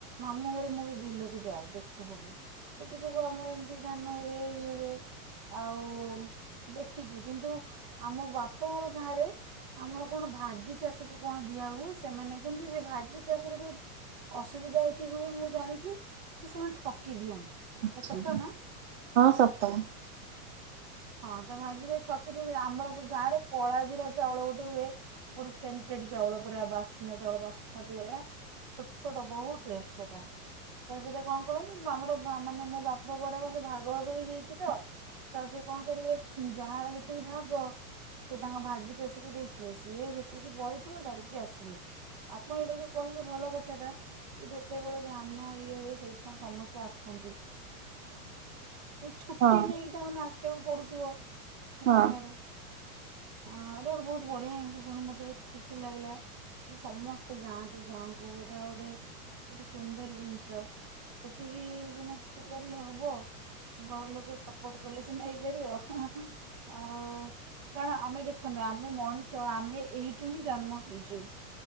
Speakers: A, on the right; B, on the right.
A: ମାମୁଁ ଘରେ ମୁଁ ବି ବିଲକୁ ଯାଏ ଦେଖିବା ସବୁ ସେଠି ସବୁ ଆମର ଧାନ ହୁଏ ଇଏ ହୁଏ ଆଉ ଦେଖିଛି କିନ୍ତୁ ଆମ ବାପାଙ୍କର ଗାଁରେ ଆମର କଣ ଭାଗିଚଷୀକୁ କଣ ଦିଆ ହୁଏ ସେମାନେ କିନ୍ତୁ ସେ ଭାଗିଚଷୀରେ ଟିକେ ଅସୁବିଧା ଏତିକି ହୁଏ ମୁଁ ଜାଣିଛି କି ସେମାନେ ଠକି ଦିଅନ୍ତି।
B: ଆଚ୍ଛା।
A: ଆ ସତ ନା?
B: ହଁ ସତ।
A: ହଁ ତ ମାଗି ଯେ କି ଆମର ଗାଁରେ କଳା ଚାଉଳ ଗୋଟେ ହୁଏ ଗୋଟେ ଚାଉଳ ପୁରା ବାସିନା ଚାଉଳ ବାସୁମତିୀ ଭଳିଆ ଛୋଟ ଛୋଟ ବହୁତ ଟେଷ୍ଟ ସେଟା ତ ସେଇଟା କଣ କରନ୍ତି ଆମର ମାନେ ମୋ ବାପା ପଢଡାକ ସେ ଭାଗ ଭାଗ ହେଇଯାଇଛି ତ ସେ କଣ କରିବେ ଯାହାର ଯେତିକି ଭାଗ ସେ ତାଙ୍କ ଭାଗିଚଷୀକୁ ଦେଇଥିବେ ସିଏ ଯେତିକି ପଳଥିବ ଧାରିକି ଆସିବେ ଆପଣ ଏଇଟା ଯୋଉ କହିବେ ଭଲ କଥା ଟା କି ଯେତେବେଳେ ଧାନ ଇଏ ହୁଏ ସେଇ ସମୟ ସମସ୍ତେ ଆସନ୍ତି। ଛୁଟି
B: ହଁ
A: ନେଇକି ତାମାନେେ ଆସ ପଡୁଥିବ
B: ହଁ
A: ସମାରେ ହଁ ଏଇଟା ଗୋଟେ ବହୁତ ବଢିଆ ଜିନିଷ ଶୁଣି ମତେ ବହୁତ ଖୁସି ଲାଗିଲା ସମସ୍ତେ ସେ ଯାହାନ୍ତି ଗାଓଁ କ ଗଡ ଗଡେ ଏତେ ସୁନ୍ଦର ଜିନିଷ ସେତିକି ସିନା ହେଇପାରିଲେ ହବ ଘର ଲୋକ ସବ ବୋ କ ନେଇପାରିବ ଆଉ କାରଣ ଆମେ ଦେଖନ୍ତୁ ଆମେ ମଣିଷ ଆମେ ଏଇଠୁ ହିଁ ଜନ୍ମ ହେଇଛୁ